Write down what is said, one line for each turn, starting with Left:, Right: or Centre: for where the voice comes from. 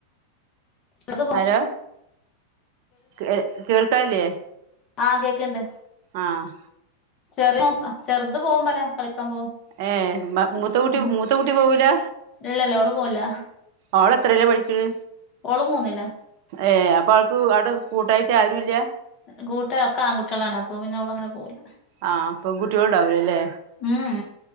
Left: ചെറുത് പോ
Right: അലോ എഹ് കേൾക്കാല്ലേ?
Left: ആഹ് കേക്ക്ണ്ട്.
Right: ആഹ്
Left: ചെറ്യേ <unintelligible> ചെറ്ത് പോവും പറ്യാ കളിക്കാൻ പോവും.
Right: ഏഹ് ബ മൂത്ത കൂട്ടി
Left: ഉം
Right: മൂത്തകുട്ടി പോവൂല്ല?
Left: ഇല്ലല്ല ഓള് പോവല്ല.
Right: ഓളെത്രേല്ലാ പഠിക്ക്ണ്.
Left: ഓള് മൂന്നില്ല.
Right: ഏഹ് അപ്പൊ അവൾക്ക് അവടെ കൂട്ടായിട്ട് ആരൂല്ല.
Left: കൂട്ട് ഒക്കെ ആൺ കുട്ട്യളാണ് അപ്പൊ പിന്നെ ഓളങ്ങനെ പോവൂല്ല.
Right: ആഹ് പെൺകുട്ട്യോൾണ്ടാവൂലല്ലേ.
Left: ഉം